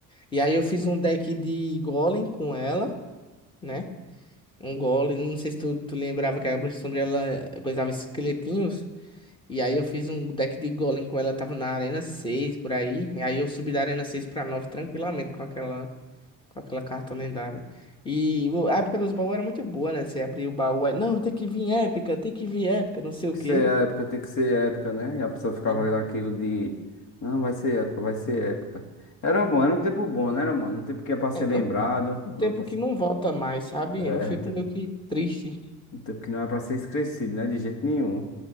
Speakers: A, on the left (about 15°); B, on the left (about 70°).
A: E aí eu fiz um deck de Golem com ela, né? Um Golem, não sei se tu, tu lembrava que a Bruxa Sombria ela coisava esqueletinhos. E aí eu fiz um deck de Golem com ela, tava na Arena 6 por aí. E aí eu subi da Arena 6 pra 9 tranquilamente com aquela. Com aquela carta lendária. E o- a época dos baús era muito boa, né? Você abria o baú, aí, não, tem que vir épica, tem que vir épica, não sei
B: Tem que
A: o quê.
B: ser época, tem que ser época, né? E a pessoa ficava
A: E
B: olhando aquilo de. Não, vai ser época, vai ser época. Era bom, era um tempo bom, né, era, mano? Um tempo que é pra ser
A: é é
B: lembrado.
A: um um tempo
B: Não é pra...
A: que
B: ser-
A: não volta mais, sabe?
B: É,
A: Eu fico
B: é, um tempo,
A: meio que triste.
B: um tempo que não é pra ser esquecido, né? De jeito nenhum.